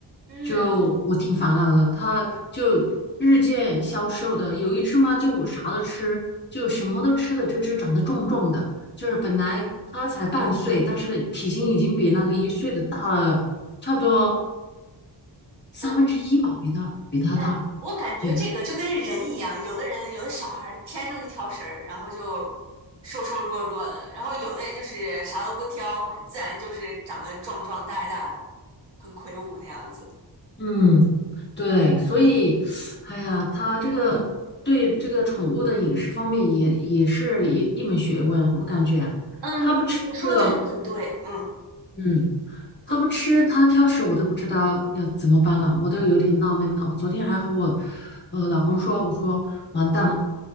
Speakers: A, on the right; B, on the left.
A: 嗯，
B: 就我挺烦恼的，它就日渐消瘦的，有一只嘛就啥都吃，就什么都吃的，这只长得壮壮的，就是本来它才半岁，但是体型已经比那个一岁的大了差不多三分之一吧，
A: 嗯，
B: 比它比它大。
A: 哎，我感觉这个就跟人一样，
B: 对。
A: 有的人有的小孩儿天生一挑食，儿，然后就瘦瘦弱弱的，然后有的人就是啥都不挑，自然就是长得壮壮大大的，很魁梧那样子。
B: 嗯，对，所以，哎呀，他这个对这个宠物的饮食方面也也是一一门学问，我感觉他不吃这个，
A: 嗯，你你说的这个很对，嗯，
B: 嗯，他不吃，
A: 就
B: 他挑食，我都不知道要怎么办了，我都有点纳闷了。我昨天还和我呃老公说，我说完蛋了，